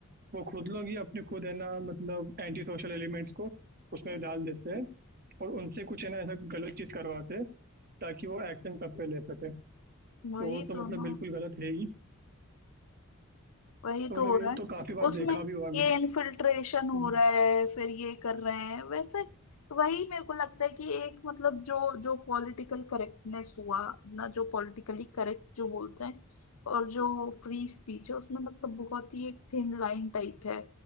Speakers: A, on the right (about 45°); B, on the left (about 80°).
A: वो खुद लोग ही अपने खुद है ना मतलब एंटी सोशल एलिमेंट्स को उसमें डाल देते हैं और उनसे कुछ है ना ऐसा गलत चीज करवाते हैं ताकि वो एक्शन सब पे ले सके तो
B: वही
A: वो तो
B: तो
A: मतलब
B: ना
A: बिल्कुल गलत है ही
B: वही
A: तो
B: तो
A: मतलब
B: हो
A: ये
B: रहा है
A: तो काफी बार
B: उसमें
A: देखा भी हुआ है
B: ये
A: मैंने
B: इन्फिल्ट्रेशन हो
A: हम्म,
B: रहा है फिर ये कर रहे हैं वैसे वही मेरे को लगता है कि एक मतलब जो जो पॉलिटिकल करेक्टनेस हुआ ना जो पॉलिटिकली करेक्ट जो बोलते हैं और जो फ्री स्पीच है उसमें मतलब बहुत ही एक थिन लाइन टाइप है